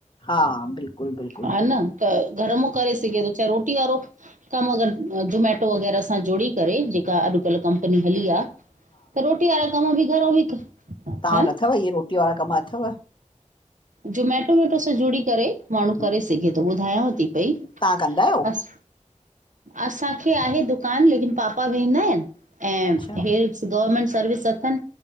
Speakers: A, on the left; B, on the right.
A: हा, बिल्कुलु बिल्कुलु।
B: हा न त घर मां करे सघे थो चाहे रोटी वारो कमु अगरि जोमैटो वग़ैरह सां जुड़ी करे, जेका अॼुकल्ह कंपनी हली आ, त रोटी वारा कम बि घराऊं बि
A: तां
B: हा
A: वटि अथव, इहे रोटीअ वारा कम अथव?
B: जुमेटो वैटो सां जुड़ी करे माण्हूं
A: हम्म,
B: करे सघे थो ॿुधायांव थी पई
A: तव्हां कंदा आहियो
B: बस। असांखे आहे दुकानु लेकिन पापा वेंदा आहिन ऐं
A: अच्छा
B: हेर गवर्मेंट सर्विस अथनि।